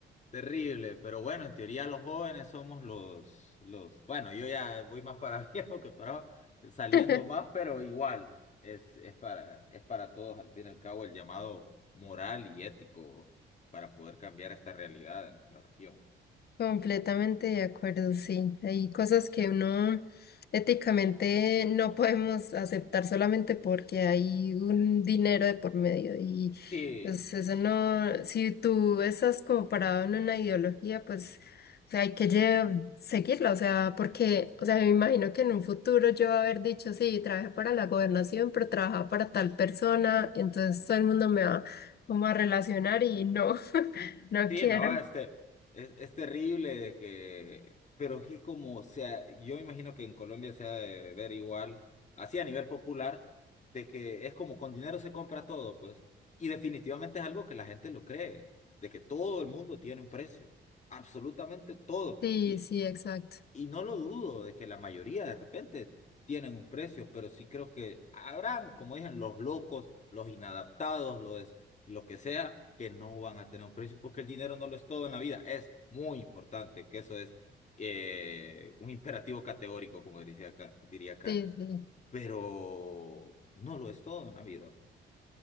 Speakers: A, on the left; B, on the left.
A: terrible, pero bueno, en teoría los jóvenes somos los, los, bueno, yo ya voy más para <laughs> viejo que para saliendo
B: <laughs>
A: más, pero igual, es, es para, es para todos, al fin y al cabo, el llamado moral y ético para poder cambiar esta realidad de nuestra región.
B: Completamente de acuerdo, sí. Hay cosas que uno éticamente no podemos aceptar solamente porque hay un dinero de por medio y
A: Sí,
B: pues eso no, si tú estás como parado en una ideología, pues o sea, hay que lle- seguirla, o sea, porque, o sea, me imagino que en un futuro yo haber dicho, sí, trabajé para la gobernación, pero trabajaba para tal persona, y entonces todo el mundo me va como a relacionar y no, <laughs> no
A: Sí,
B: quiero.
A: no, este, es, es terrible de que, pero es como, o sea, yo imagino que en Colombia se ha de ver igual, así a nivel popular, de que es como con dinero se compra todo, pues, y definitivamente es algo que la gente lo cree, de que todo el mundo tiene un precio, absolutamente todo,
B: Sí,
A: y,
B: sí, exacto.
A: y no lo dudo de que la mayoría de repente tienen un precio, pero sí creo que habrán, como dicen, los locos, los inadaptados, los, lo que sea, que no van a tener un precio porque el dinero no lo es todo en la vida. Es muy importante, que eso es eh, un imperativo categórico, como diría, Ka- diría Kant,
B: Sí, sí,
A: pero no lo es todo en la vida, pues,